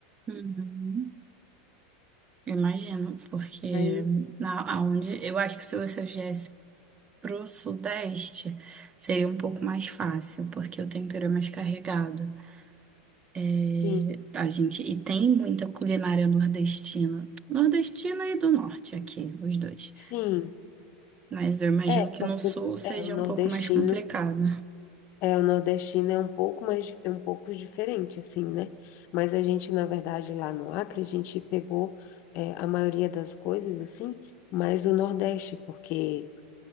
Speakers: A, on the right (about 25°); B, on the left (about 50°).
A: Uhum. Imagino, porque
B: Mas,
A: na, aonde, eu acho que se você viesse pro Sudeste, seria um pouco mais fácil, porque o tempero é mais carregado. É,
B: sim,
A: a gente, e tem muita culinária nordestina, nordestina e do Norte aqui, os dois.
B: sim.
A: Mas eu imagino
B: É,
A: que
B: que
A: no
B: as pessoas,
A: Sul seja
B: é, o nordestino,
A: um pouco mais complicado.
B: é, o nordestino é um pouco mais, é um pouco diferente, assim, né? Mas a gente, na verdade, lá no Acre, a gente pegou, é, a maioria das coisas, assim, mais do Nordeste, porque...